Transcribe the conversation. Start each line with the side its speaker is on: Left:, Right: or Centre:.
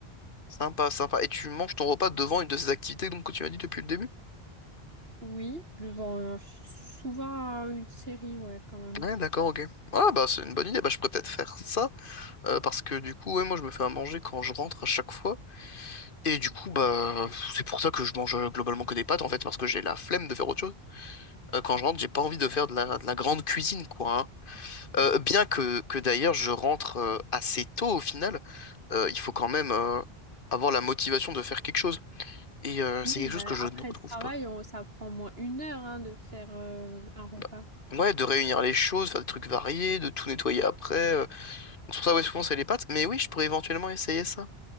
Left: Sympa, sympa. Et tu manges ton repas devant une de ces activités donc, que tu m'as dit depuis le début?
Right: Oui, devant euh, souvent euh, une série, ouais, quand même.
Left: Ouais, d'accord, ok. Ah, bah, c'est une bonne idée. Bah, je pourrais peut-être faire ça, euh, parce que du coup, ouais, moi, je me fais à manger quand je rentre à chaque fois. Et du coup, bah, c'est pour ça que je mange euh, globalement que des pâtes, en fait, parce que j'ai la flemme de faire autre chose. Euh, quand je rentre, j'ai pas envie de faire de la, de la grande cuisine, quoi. hein. Euh, bien que, que d'ailleurs, je rentre euh, assez tôt au final, euh, il faut quand même euh, avoir la motivation de faire quelque chose. Et euh,
Right: Oui,
Left: c'est quelque
Right: bah,
Left: chose que je
Right: après
Left: ne retrouve
Right: le travail,
Left: pas.
Right: on- ça prend au moins une heure hein, de faire euh, un repas.
Left: Bah, ouais, de réunir les choses, faire des trucs variés, de tout nettoyer après. euh. Donc, c'est pour ça, ouais, souvent, c'est les pâtes. Mais oui, je pourrais éventuellement essayer ça.